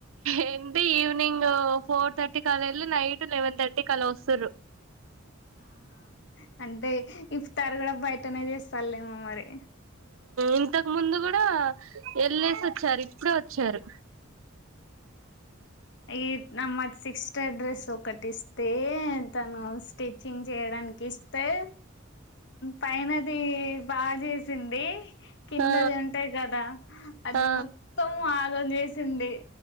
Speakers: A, on the right; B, on the left.
A: ఏంటి ఈవినింగ్ ఫోర్ థర్టీకి అలా వెళ్ళి నైట్ లెవెన్ థర్టీకి అలా వస్తారు
B: ఆహా అంటే ఇఫ్తారు కూడా బయటనే చేస్తారులేమో మరి
A: ఇంతకు ముందు కూడా వెళ్ళేసి వచ్చారు ఇప్పుడే వచ్చారు
B: ఏక్ నమ్మక్ సిక్స్ట్ అడ్రెస్ ఒకటిస్త తే అతను స్టిచ్చింగ్ చేయడానికి ఇస్తే పైనది బా చేసింది కిందది
A: ఆ
B: ఉంటాయి కదా అది
A: ఆ
B: మొత్తం ఆగం చేసింది